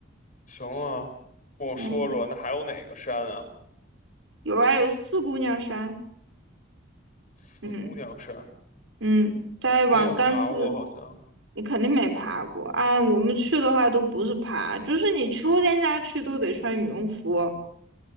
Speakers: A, on the left; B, on the right.
A: 行啊，跟我说说，
B: 嗯，
A: 那还有哪个山啊？
B: 有啊，有四姑娘山，
A: 四姑娘山
B: 嗯嗯，再往甘孜，
A: 没有爬过，好像
B: 你肯定没爬过。啊。我们去的话都不是爬，就是你秋天家去都得穿羽绒服，